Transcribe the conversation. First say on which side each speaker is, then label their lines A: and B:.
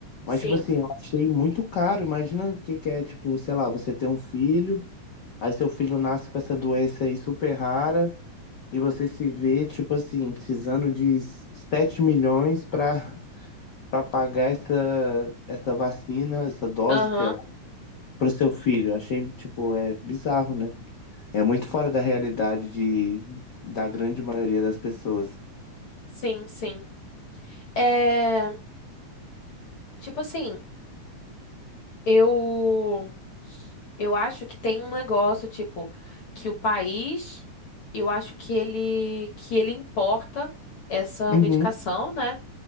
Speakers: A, on the left; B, on the left.
A: sim.
B: Mas, tipo assim, eu achei muito caro. Imagina o que que é, tipo, sei lá, você ter um filho, aí seu filho nasce com essa doença aí super rara, e você se vê, tipo assim, precisando de 7 milhões pra <laughs> para pagar essa, essa vacina, essa dose,
A: Aham,
B: sei lá, pro seu filho. Achei, tipo, é bizarro, né? É muito fora da realidade de, da grande maioria das pessoas.
A: sim, sim. É. Tipo assim. Eu eu acho que tem um negócio tipo que o país, eu acho que ele que ele importa essa
B: Uhum.
A: medicação, né?